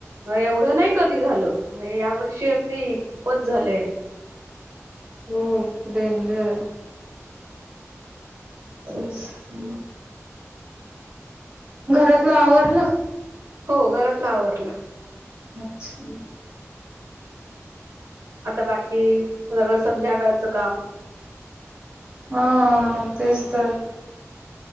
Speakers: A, on the right; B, on the right.
A: एवढं नाही कधी झालं या वर्षी अगदी खूपच झालंय
B: हो डेंजर
A: खरच
B: तेच अ्म् घरातलं आवरलं
A: हो घरातलं आवरलं
B: अच्छा
A: आता बाकी सगळं संध्याकाळचं काम
B: हा तेच तर